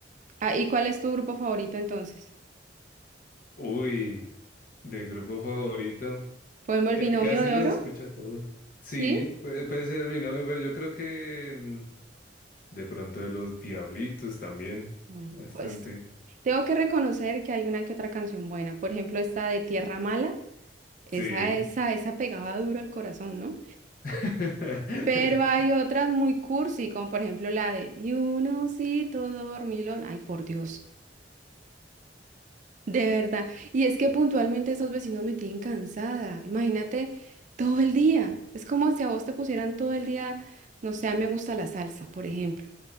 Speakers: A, on the right; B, on the left.
A: Ah, ¿y cuál es tu grupo favorito entonces?
B: uy, de grupo favorito,
A: ¿Podemos el
B: ca-
A: binomio
B: casi
A: de
B: los
A: oro?
B: escucho a todos. Sí,
A: ¿Sí?
B: puede, puede ser mi novio, pero yo creo que mm, de pronto de los Diablitos también,
A: Bueno,
B: bastante.
A: pues tengo que reconocer que hay una que otra canción buena. Por ejemplo, esta de Tierra Mala. Esa,
B: Sí.
A: esa, esa pegaba duro al corazón, ¿no?
B: <laughs>
A: Pero hay otras muy cursi, como por ejemplo la de y un osito dormilón. Ay, por Dios, de verdad. Y es que puntualmente esos vecinos me tienen cansada. Imagínate todo el día. Es como si a vos te pusieran todo el día, no sé, a mí me gusta la salsa, por ejemplo.